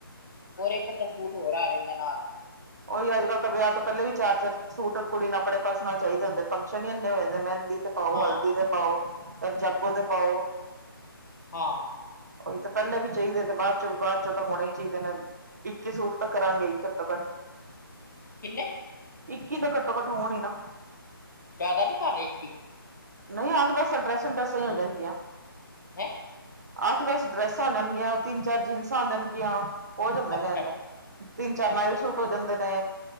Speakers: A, on the left (about 50°); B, on the right (about 45°).
A: ਹੋਰ ਇਕ ਅੱਧਾ ਸੂਟ ਹੋਰ ਆ ਜਾਂਦਾ ਨਾਲ।
B: ਉਹੀ ਅੱਜ ਕੱਲ ਤਾਂ ਵਿਆਹ ਤੋਂ ਪਹਿਲਾਂ ਵੀ ਚਾਰ-ਚਾਰ, ਸੂਟ ਕੁੜੀ ਨੂੰ ਆਪਣੇੇ ਪਰਸਨਲ ਚਾਹੀਦੇ ਹੁੰਦੇ ਫੰਕਸ਼ਨ ਹੀ ਇੰਨੇ ਹੋ ਜਾਂਦੇ ਮਹਿੰਦੀ ਤੇ, ਪਾਓ
A: ਹਾਂ,
B: ਹਲਦੀ ਤੇ ਪਾਓ, ਫਿਰ ਜਾਗੋ ਤੇ ਪਾਓ।
A: ਹਾਂ,
B: ਉਹੀ ਤਾਂ ਪਹਿਲੇ ਵੀ ਚਾਹੀਦੇ ਤੇ ਬਾਅਦ ਚ ਬਾਅਦ ਚੋਂ ਤਾਂ ਹੋਣੇ ਹੀ ਚਾਹੀਦੇ ਨੇ। ਇੱਕੀ ਸੂਟ ਤਾਂ ਕਰਾਂਗੇ ਹੀ ਘੱਟੋ ਘੱਟ।
A: ਕਿਨੇ?
B: ਇਕੀ ਤਾਂ ਘੱਟੋ ਘੱਟ ਹੋਣ ਹੀ ਨਾ,
A: ਜ਼ਿਆਦਾ ਨੀ ਕਰ ਰਹੇ ਇੱਕੀ।
B: ਨਹੀਂ ਅੱਠ ਦਸ ਡਰੈਸਾਂ ਡਰੈਸਾਂ ਹੀ ਹੋ ਜਾਣਗੀਆਂ।
A: ਹੈ।
B: ਅੱਠ ਦੱਸ ਡਰੈਸਾਂ ਜਾਣਗੀਆਂ ਤਿੰਨ ਚਾਰ ਜੀਨਸਾਂ ਆ ਦੇਣਗੀਆ। ਹੋ ਜਾਂਦੇ
A: ਅੱਛਾ,
B: ਨੇ ਇੰਨੇ ਤਿੰਨ ਚਾਰ
A: ਅੱਛਾ,
B: ਨਾਈ ਸੂਟ
A: ਅੱਛਾ
B: ਹੋ ਜਾਂਦੇ ਨੇ।